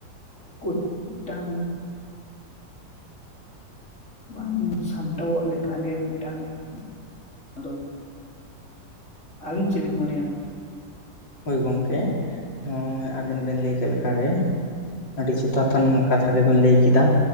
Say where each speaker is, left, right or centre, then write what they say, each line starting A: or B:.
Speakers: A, on the left (about 40°); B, on the left (about 70°).
A: ᱠᱩᱴᱴ ᱢᱤᱫ-ᱴᱟᱝ ᱵᱟᱝ ᱥᱟᱢᱴᱟᱣᱚᱜ ᱞᱮᱠᱟᱱᱟᱜ ᱜᱮ ᱢᱤᱫᱽᱴᱟᱝ <inaudible> ᱫᱚ ᱟᱹᱵᱤᱱ ᱪᱮᱫ ᱵᱤᱱ ᱢᱚᱱᱮᱭᱟ?
B: ᱦᱳᱭ ᱜᱚᱝᱠᱮ ᱦᱮᱸ ᱟᱵᱮᱱ ᱵᱮᱱ ᱞᱟᱹᱭ ᱠᱮᱫ ᱞᱮᱠᱟ ᱜᱮ᱾ ᱟᱹᱰᱤ ᱡᱚᱛᱷᱟᱛᱷᱟᱱ ᱠᱟᱛᱷᱟ ᱜᱮᱵᱮᱱ ᱞᱟᱹᱭ ᱠᱮᱫᱟ᱾